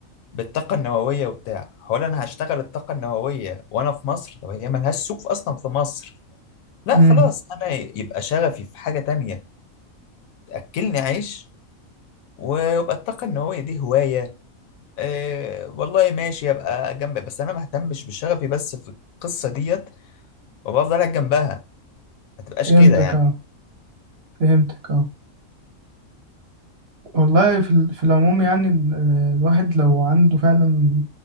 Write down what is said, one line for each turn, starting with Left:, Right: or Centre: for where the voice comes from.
Left: بالطاقه النوويه وبتاع هو انا هشتغل الطاقه النوويه وانا في مصر طب هي ملهاش سوق في- اصلا في مصر لا
Right: امم
Left: خلاص انا يبقى شغفي في حاجه تانية تاكلني عيش ويبقى الطاقه النوويه دي هوايه إيه والله ماشي ابقى جنبك بس انا ما اهتمش بشغفي بس في القصه ديت وابقى افضل قاعد جنبها ما تبقاش
Right: فهمتك
Left: كده يعني
Right: اه فهمتك اه والله في ال- في العموم يعني ال- الواحد لو عنده فعلا